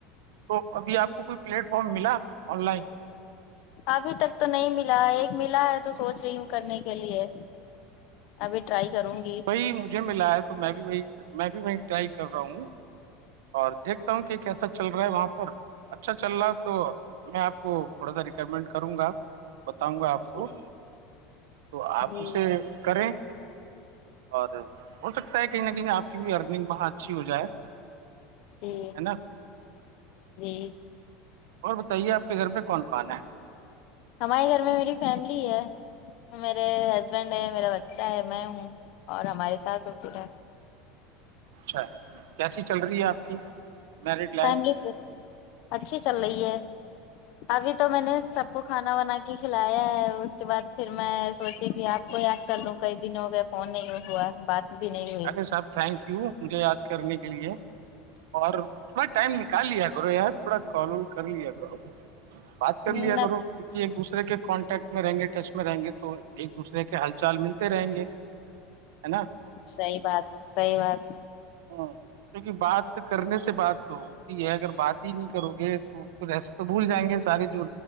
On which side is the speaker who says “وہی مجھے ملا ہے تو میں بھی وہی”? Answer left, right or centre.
Right